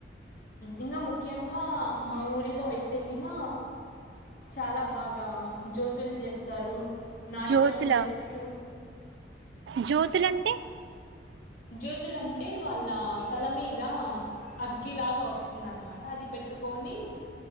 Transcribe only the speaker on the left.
ఇంకా ముఖ్యంగా మా ఊరిలో అయితేగిన చాలా బాగా జ్యోతులు చేస్తారు నాట్యం
చేస్తూ
జ్యోతులంటే వాళ్ళ తల మీద అగ్గిలాగా వస్తుంది వస్తుందనమాట అది పెట్టుకొని